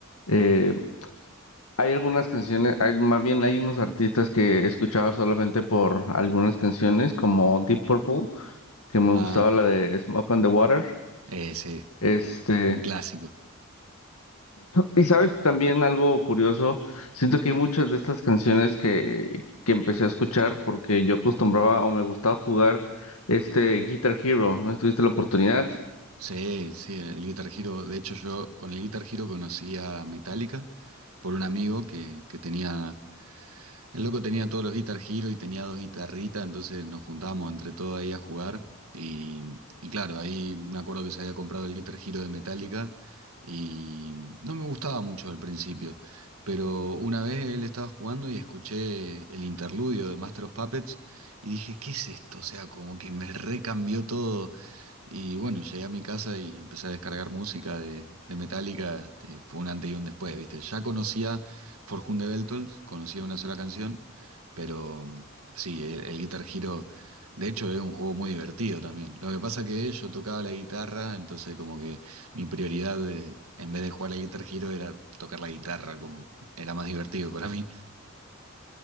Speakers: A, on the left; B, on the right.
A: Eh, hay algunas canciones, hay, más bien hay unos artistas que escuchaba solamente por algunas canciones, como Deep Purple, que me
B: Ah,
A: gustaba la de Smoke on the Water.
B: eh, sí,
A: Este,
B: un clásico.
A: y sabes, también algo curioso, siento que hay muchas de estas canciones que, que empecé a escuchar porque yo acostumbraba o me gustaba jugar este Guitar Hero, ¿no tuviste la oportunidad?
B: Sí, sí, el Guitar Hero. De hecho, yo con el Guitar Hero conocí a Metallica por un amigo que, que tenía. El loco tenía todos los Guitar Hero y tenía dos guitarritas, entonces nos juntábamos entre todos ahí a jugar. Y, y claro, ahí me acuerdo que se había comprado el Guitar Hero de Metallica y no me gustaba mucho al principio. Pero una vez él estaba jugando y escuché el interludio de Master of Puppets y dije, ¿qué es esto? O sea, como que me recambió todo. Y bueno, llegué a mi casa y empecé a descargar música de, de Metallica. este, fue un antes y un después, ¿viste? Ya conocía Forjunde Beltold, conocía una sola canción, pero mm, sí, el, el Guitar Hero, de hecho, es un juego muy divertido también. Lo que pasa que yo tocaba la guitarra, entonces como que mi prioridad de- en vez de jugar al Guitar Hero era tocar la guitarra, como era más divertido para mí.